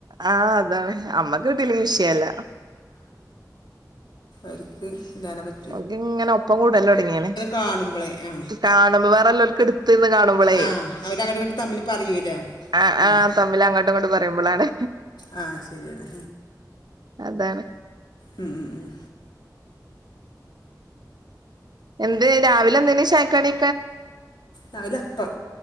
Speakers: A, on the right; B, on the left.
A: ആഹ് അതാണ് അമ്മക്ക് കിട്ടീലെ വിഷയല്ല,
B: ഓര്ക്ക് എന്താനെ പറ്റ
A: ഓൽക് ഇങ്ങന ഇപ്പ കൂടല് തൊടങ്ങിണ്
B: കാണുമ്പോളേ ആ
A: കാണുമ്പൊ വേറല്ലോൽക്ക് ഇട്ത്ത്ന്ന് കാണുമ്പളെ,
B: ആ അവരങ്ങോട്ട് ഇങ്ങോട്ട് തമ്മിൽ പറയൂല,
A: ആഹ്
B: ഉം.
A: ആഹ് തമ്മിൽ അങ്ങ്ട്ടും ഇങ്ങ്ട്ട് പറയുമ്പളാണ്,
B: ആ ശരിയാണ്
A: അതാണ്,
B: ഉം, ഉം, ഉം.
A: എന്ത് രാവിലെ എന്തേയ്ന് ചായക്കടി?
B: രാവിലപ്പം